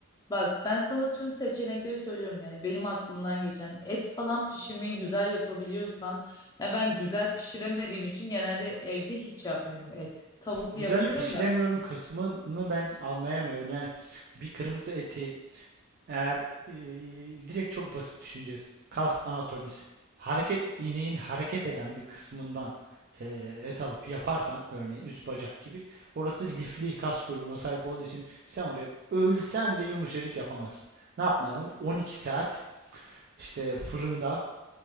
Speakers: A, on the left; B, on the right.
A: bak ben sana tüm seçenekleri söylüyorum yani benim aklımdan geçen et falan pişirmeyi güzel yapabiliyorsan ya ben güzel pişiremediğim için genelde evde hiç yapmıyorum et. Tavuk
B: güzel
A: yapıyorum
B: pişiremiyorum
A: da
B: kısmını ben anlayamıyorum. Yani bir kırmızı eti eğer e, direkt çok basit düşüneceğiz. Kas anatomisi. Hareket ineğin hareket eden bir kısmından e, et alıp yaparsan örneğin üst bacak gibi orası lifli kas grubuna sahip olduğu için sen orayı ölsen de yumuşacık yapamazsın. Ne yapman lazım? 12 saat işte fırında